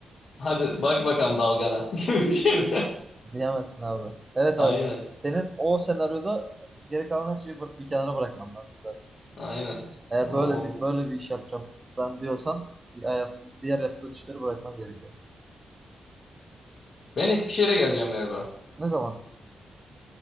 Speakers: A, on the left; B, on the right.
A: Hadi bak bakalım dalgana <laughs> gibi bir şey mi?
B: diyemezsin abi. Evet
A: Aynen.
B: abi. Senin o senaryoda geri kalan her şeyi bı- bir kenara bırakman lazım zaten.
A: Aynen.
B: Eğer
A: Ne oldu?
B: böyle bir, böyle bir iş yapacağım ben diyorsan hayatın diğer yaptığın işleri bırakman gerekiyor.
A: Ben Eskişehir'e geleceğim galiba.
B: Ne zaman?